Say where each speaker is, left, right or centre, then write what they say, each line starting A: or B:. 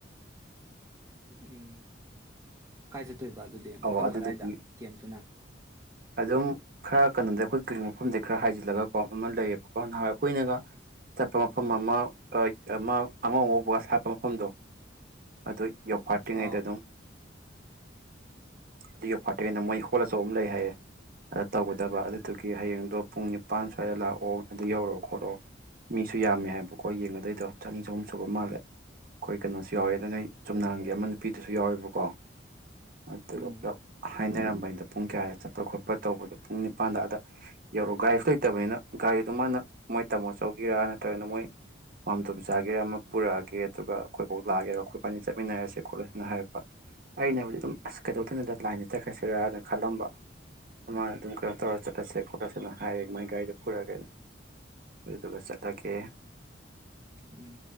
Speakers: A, on the right; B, on the right.
A: ꯎꯝ ꯀꯥꯏ ꯆꯠ ꯇꯣꯏꯕ ꯑꯗꯨꯗꯤ
B: ꯑꯧ
A: ꯃꯐꯝ
B: ꯑꯗꯨꯗꯨꯒꯤ
A: ꯀꯗꯥꯏꯗ ꯀꯦꯝꯇꯨꯅ
B: ꯑꯗꯨꯝ ꯈꯔ ꯀꯩꯅꯣꯗ ꯑꯩꯈꯣꯏ ꯀ꯭ꯂꯤꯅꯤꯛ ꯃꯐꯝꯗꯩ ꯍꯥꯏꯖꯤꯜꯂꯒ ꯀꯣ ꯑꯃ ꯂꯩꯌꯦꯕꯀꯣ ꯅꯍꯥꯟꯋꯥꯏ ꯑꯩꯈꯣꯏꯅꯒ ꯆꯠꯄ ꯃꯐꯝ ꯑꯃ ꯑ ꯑꯃ ꯑꯉꯧ ꯑꯉꯧꯕꯒ ꯁꯥꯠꯄ ꯃꯐꯝꯗꯣ ꯑꯗꯨꯏ ꯌꯧꯐꯥꯠꯇ꯭ꯔꯤꯉꯩꯗ
A: ꯑꯥꯎ
B: ꯑꯗꯨꯝ ꯑꯗꯨ ꯌꯧꯐꯥꯠꯇ꯭ꯔꯤꯉꯩꯗ ꯃꯣꯏ ꯍꯣꯜ ꯑꯆꯧꯕ ꯑꯃ ꯂꯩ ꯍꯥꯏꯌꯦ ꯑꯗꯨ ꯇꯧꯒꯗꯕ ꯑꯗꯨꯗꯨꯒꯤ ꯍꯌꯦꯡꯗꯣ ꯄꯨꯡ ꯅꯤꯄꯥꯟ ꯁ꯭ꯋꯥꯏꯗ ꯂꯥꯛꯑꯣ ꯑꯗꯨ ꯌꯧꯔꯛꯑꯣ ꯈꯣꯠꯂꯣ ꯃꯤꯁꯨ ꯌꯥꯝꯃꯦ ꯍꯥꯏꯕꯀꯣ ꯌꯦꯡꯅꯗꯨꯏꯗꯣ ꯆꯅꯤ ꯆꯍꯨꯝ ꯁꯨꯕ ꯃꯥꯜꯂꯦ ꯑꯩꯈꯣꯏ ꯀꯩꯅꯣꯁꯨ ꯌꯥꯎꯋꯦ ꯑꯗꯨꯅ ꯆꯨꯝꯅ ꯍꯪꯒꯦ ꯑꯃ ꯅꯨꯄꯤꯗꯨꯁꯨ ꯌꯥꯎꯋꯦꯕ ꯀꯣ <unintelligible>
A: ꯎꯝ
B: ꯍꯥꯏꯅꯔꯝꯕꯅꯤꯗ ꯄꯨꯡ ꯀꯌꯥꯗ ꯆꯠꯄ ꯈꯣꯠꯄ ꯇꯧꯕꯗꯣ ꯄꯨꯡ ꯅꯤꯄꯥꯟꯗ ꯑꯗ ꯌꯧꯔꯛꯑꯣ ꯒꯥꯔꯤꯁꯨ ꯂꯩꯇꯕꯅꯤꯅ ꯒꯥꯔꯤꯗꯣ ꯃꯥꯅ ꯃꯣꯏ ꯇꯥꯃꯣ ꯆꯧꯒꯤꯔꯥ ꯅꯠꯇ꯭ꯔꯒꯅ ꯃꯣꯏ ꯄꯥꯝꯗꯣꯝ ꯆꯥꯒꯤꯔꯥ ꯑꯃ ꯄꯨꯔꯛꯑꯒꯦ ꯑꯗꯨꯒ ꯑꯩꯈꯣꯏꯐꯥꯎ ꯂꯥꯛꯑꯒꯦ ꯑꯩꯈꯣꯏꯄꯅꯤ ꯆꯠꯃꯤꯟꯅꯔꯁꯦ ꯈꯣꯠꯂꯁꯦꯅ ꯍꯥꯏꯔꯛꯄ ꯑꯩꯅ ꯕꯨꯗꯤ ꯑꯗꯨꯝ ꯑꯁ ꯀꯩꯗꯧꯗꯨꯅꯣꯗ ꯂꯥꯏꯟꯗ ꯆꯠꯈ꯭ꯔꯥꯁꯦ <unintelligible> ꯈꯜꯂꯝꯕ ꯃꯥꯅ ꯑꯗꯨꯝ ꯀꯩꯅꯣ ꯇꯧꯔ ꯆꯠꯂꯁꯦ ꯈꯣꯠꯂꯁꯦ ꯑꯗꯨ ꯍꯥꯏꯔꯦ ꯃꯥꯏ ꯒꯥꯔꯤꯗꯣ ꯄꯨꯔꯛꯑꯒꯦꯅ ꯑꯗꯨꯗꯨꯒ ꯆꯠꯂꯒꯦ
A: ꯎꯝ